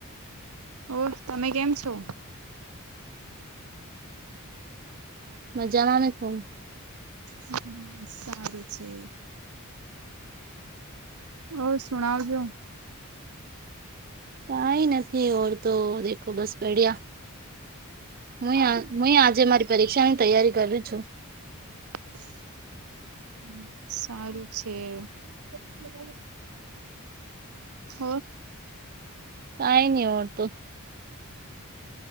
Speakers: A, on the right (about 80°); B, on the right (about 40°).
A: ઓર તમે કેમ છો?
B: મજામાં મે છું.
A: હમ સારું છે. હ શુંણાવ જો.
B: કઈ નથી ઓર તો દેખો બસ બડીયા. હું હું આજે મારી પરીક્ષા ની તૈયારી કર છું.
A: <inaudible> હમ સારું છે. હર હ
B: કઈ નહી ઓર તો